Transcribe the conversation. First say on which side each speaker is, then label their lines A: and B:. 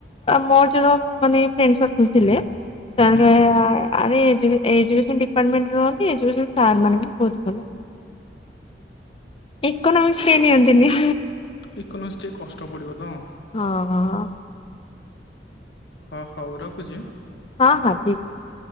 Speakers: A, on the left; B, on the left.
A: ମୋର ଯୋ ମାନେ ଫ୍ରେଣ୍ଡ ସର୍କଲ ଥିଲେ। <inaudible> ଆରେ
B: ହୁଁ।
A: ଏଜୁକେସନ ଡିପାର୍ଟମେଣ୍ଟ ରୁହନ୍ତି ଏଜୁକେସନ ସାର୍ ମାନେ ବି ବହୁତ ଭଲ। ଇକୋନୋମିକ୍ସ କେ ନିଅନ୍ତିନି।
B: ଇକୋନୋମିକସ୍ ଟିକେ କଷ୍ଟ ପଡ଼ିବ ତ।
A: ହଁ ହଁ।
B: ହଁ ହଁ ହଉ ରଖୁଚି।
A: ହଁ ହଁ ଠିକ ଅଛି।